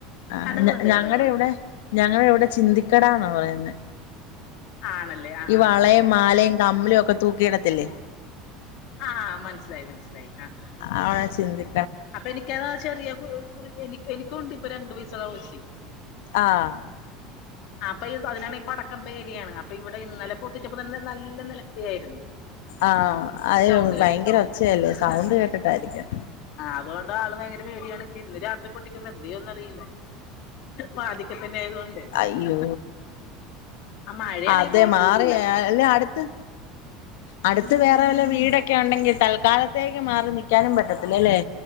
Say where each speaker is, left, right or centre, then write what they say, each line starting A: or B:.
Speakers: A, on the left; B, on the left.
A: ആ
B: കടകളുണ്ട്
A: ഞങ്ങടെ
B: കടകളുണ്ട്
A: ഇവിടെ ഞങ്ങള ഇവിടെ ചിന്തിക്കടാ എന്നാ പറയുന്നെ
B: ആണല്ലേ ആ
A: ഈ
B: ആ
A: വളയും മാലയും കമ്മലും ഒക്കെ തൂക്കിയിടത്തില്ലേ
B: ആഹ് മനസ്സിലായി മനസ്സിലായി ആഹ് ആഹ്
A: അവടെ ചിന്തി
B: അപ്പൊ എനിക്ക് അതാ ചെറിയ കു എനി എനിക്കുവൊണ്ട് ഇപ്പൊ രണ്ടു വയസൊള്ള കൊച്ച്
A: ആഹ്
B: ആഹ് അപ്പൊ ഇ അതിനാണെ പടക്കം പേടിയാണ് അപ്പൊ ഇവിടെ ഇന്നലെ പൊട്ടിച്ചപ്പോ തന്നെ നല്ല നില വിളിയാരുന്നു
A: ആഹ് അയ്യോ
B: ഈ സൗണ്ട് കേട്ടിട്ട്
A: ഭയങ്കര ഒച്ചയല്ലേ
B: <unintelligible>
A: സൗണ്ട് കേട്ടിട്ടായിരിക്കും
B: അതുകൊണ്ട് ആള് ഭയങ്കര പേടിയാണ് അപ്പൊ ഇന്ന് രാത്രി പൊട്ടി ഇനിപ്പോ എന്തെയ്യുംന്ന് അറിയില്ല വാതിക്കത്തന്നെ ആയതുകൊണ്ട്
A: അയ്യോ
B: ആ മഴയാണെങ്കിൽ
A: അതെ
B: കുഴപ്പമൊന്നുമില്ല
A: മാറിയ അല്ലേ അടുത്ത് അടുത്ത് വേറെ വല്ല വീടൊക്കെ ഒണ്ടെങ്കിൽ തൽക്കാലത്തേക്ക് മാറി നിക്കാനും പറ്റത്തില്ലല്ലേ